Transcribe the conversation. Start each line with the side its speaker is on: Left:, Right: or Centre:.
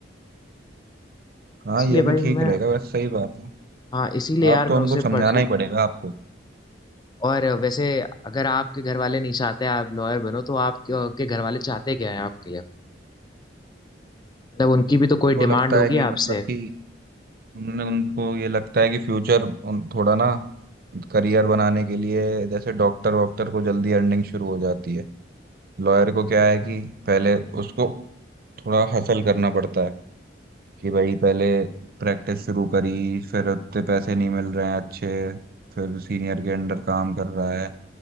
Right: हाँ
Left: इसलिए
Right: ये भी
Left: भाई
Right: ठीक
Left: मैं
Right: रहेगा वैसे सही बात है
Left: हाँ इसीलिए यार
Right: आप तो
Left: मैं
Right: उनको
Left: उसे
Right: समझाना
Left: परस्यू
Right: ही पड़ेगा आपको
Left: और वैसे अगर आपके घर वाले नहीं चाहते आप लॉयर बनो तो आपके आपके घर वाले चाहते क्या है आपके लिए मतलब उनकी भी तो
Right: उनको
Left: कोई डिमांड
Right: लगता
Left: होगी
Right: है कि
Left: आपसे
Right: मतलब कि उनने उनको ये लगता है कि फ्यूचर उन थोड़ा ना करियर बनाने के लिए जैसे डॉक्टर वॉक्टर को जल्दी अर्निंग शुरू हो जाती है लॉयर को क्या है कि पहले उसको थोड़ा हसल करना पड़ता है कि भाई पहले प्रैक्टिस शुरू करी फिर उतने पैसे नहीं मिल रहे हैं अच्छे फिर सीनियर के अंडर काम कर रहा है